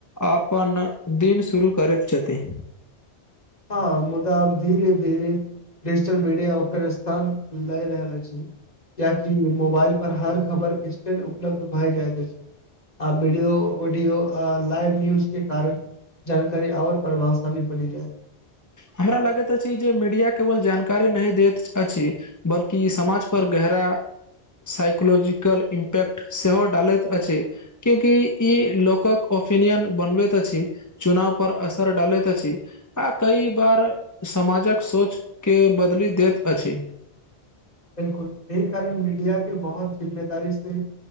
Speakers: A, on the left; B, on the left.
A: अपनन दिन शुरू करैत छथि
B: हँ मुदाऽब धीरे धीरे डिजिटल मीडिया ओकर स्थान लय रहल अछि किया की मोबाइल पर हर खबर इस्टेट उपलब्ध भए जायत अछि आ वीडियो ऑडियो लाइव न्यूज के कारण जानकारी आओर प्रभावशाली पड़ी जाय
A: हमरा लगैत अछि जे मीडिया केवल जानकारी नहि देत अछि बल्कि समाज पर गहरा साइकोलॉजिकल इम्पैक्ट सेहो डालैत अछि क्योंकि ई लोकक ओपिनियन बनबै तऽ अछि चुनाव पर असर डालैतैत अछि आ कई पर समाजक सोच के बदली दैत अछि
B: बिलकुल यही कारण मीडिया के बहुत जिम्मेदारी से